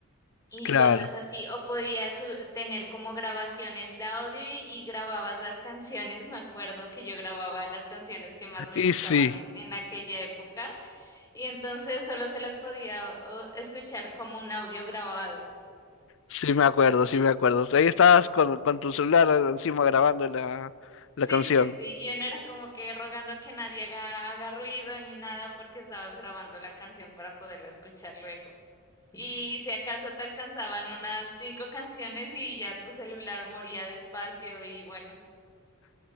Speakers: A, on the left; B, on the left.
A: y
B: Claro.
A: cosas así, o podías su- tener como grabaciones de audio y, y grababas las canciones. Me acuerdo que yo grababa las canciones que más me
B: Y
A: gustaban
B: sí,
A: en, en aquella época y entonces solo se las podía o, escuchar como un audio grabado.
B: sí me acuerdo, sí me acuerdo. Ahí estabas con, con tu celular encima grabando la, la
A: Sí,
B: canción.
A: sí, sí, yo no era como que rogando que nadie haga, haga ruido ni nada porque estabas grabando la canción para poderla escuchar luego. Y si acaso te alcanzaban unas cinco canciones y ya tu celular moría despacio y bueno,